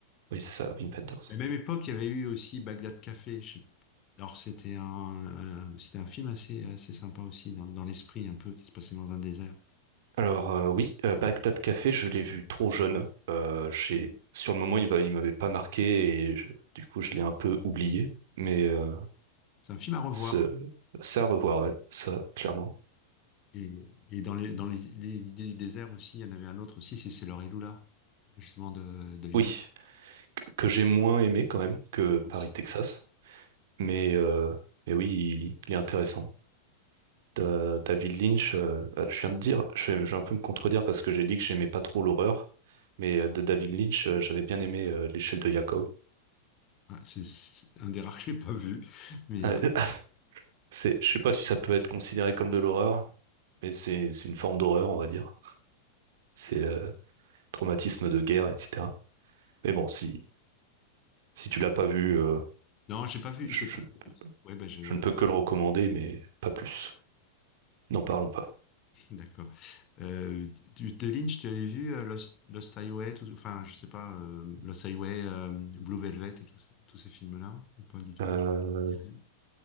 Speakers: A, on the right (about 55°); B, on the left (about 35°).
A: Oui, c'est ça, Wim Wenders.
B: La même époque, il y avait eu aussi Bagdad Café. je sais- Alors, c'était un, euh, c'était un film assez, assez sympa aussi, dans, dans l'esprit un peu, qui se passait dans un désert.
A: Alors euh, oui, euh, Bagdad Café, je l'ai vu trop jeune. Euh, j'ai-
B: Oui.
A: Sur le moment, il m'a- il m'avait pas marqué et je- du coup, je l'ai un peu oublié. Mais euh,
B: C'est un film à revoir.
A: ce... c'est à revoir, ouais, ça, clairement.
B: Et, et dans les, dans les, les- l'idée du désert aussi, il y en avait un autre aussi, c'est Sailor et Lula, justement de David
A: Oui.
B: Lynch
A: que j'ai moins aimé quand même que Paris-Texas.
B: aussi.
A: Mais, euh, mais oui, il, il est intéressant. Da- David Lynch, euh, euh, je viens de dire, je vais, je vais un peu me contredire parce que j'ai dit que j'aimais pas trop l'horreur, mais euh, de David Lynch, euh, j'avais bien aimé euh, L'échelle de Jacob.
B: Ouais, c'est c'est un des rares que j'ai pas vu. Mais
A: Euh,
B: euh,
A: <laughs> c'est, je sais pas si ça peut être considéré comme de l'horreur, mais c'est c'est une forme d'horreur, on va dire. C'est euh, traumatisme de guerre, etc. Mais bon, si si tu l'as pas vu, euh,
B: non, j'ai pas vu,
A: je,
B: je l'ai
A: je
B: pas vu. Ouais, ben je,
A: je ne peux que le recommander, mais pas plus. N'en parlons pas.
B: D'accord. Euh, tu- de Lynch, tu avais vu euh, Lost, Lost Highway, tout- enfin, je sais pas, euh, Lost Highway, euh, Blue Velvet et tous tous ces films-là, ou pas du tout?
A: Euh,
B: Ça te dit rien